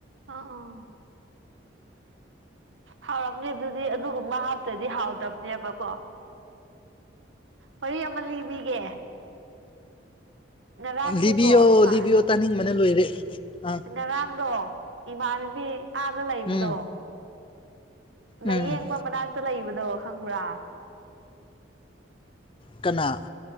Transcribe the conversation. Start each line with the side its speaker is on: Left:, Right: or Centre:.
Right: ꯑꯣ ꯑꯣ ꯍꯥꯎꯔꯝꯅꯦ ꯑꯗꯨꯗꯤ ꯑꯗꯨꯒꯨꯝꯕ ꯍꯥꯞꯇ꯭ꯔꯗꯤ ꯍꯥꯎꯇꯕꯅꯦꯕꯀꯣ ꯋꯥꯔꯤ ꯑꯃ ꯂꯤꯕꯤꯒꯦ ꯉꯔꯥꯡꯁꯦꯀꯣ
Left: ꯂꯤꯕꯤꯌꯣ
Right: ꯏꯃꯥ
Left: ꯂꯤꯕꯤꯌꯣ ꯇꯥꯅꯤꯡꯕꯅ ꯂꯣꯏꯔꯦ ꯑ
Right: ꯉꯔꯥꯡꯗꯣ ꯏꯃꯥꯟꯅꯕꯤ ꯑꯥꯗ ꯂꯩꯕꯗꯣ
Left: ꯎꯝ
Right: ꯂꯥꯌꯦꯡꯕ
Left: ꯎꯝ
Right: ꯃꯅꯥꯛꯇ ꯂꯩꯕꯗꯣ ꯈꯪꯕ꯭ꯔꯥ
Left: ꯀꯅꯥ